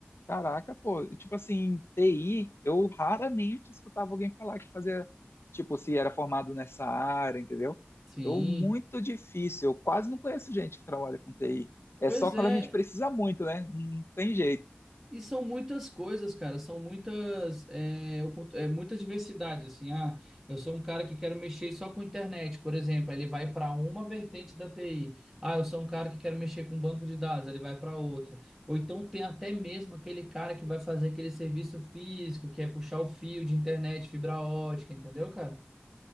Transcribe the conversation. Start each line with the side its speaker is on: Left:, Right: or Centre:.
Left: Caraca, pô, tipo assim, TI, eu raramente escutava alguém falar que fazia, tipo, se era formado nessa área, entendeu?
Centre: Sim.
Left: Eu, muito difícil, eu quase não conheço gente que trabalha com TI. É
Centre: Pois
Left: só quando
Centre: é,
Left: a gente precisa muito, né? Não tem jeito.
Centre: E são muitas coisas, cara, são muitas, é, opor- é, muita diversidade, assim, ah, eu sou um cara que quero mexer só com internet, por exemplo, aí ele vai para uma vertente da TI, ah, eu sou um cara que quero mexer com banco de dados, aí ele vai para outra, ou então tem até mesmo aquele cara que vai fazer aquele serviço físico, que é puxar o fio de internet, fibra ótica, entendeu, cara?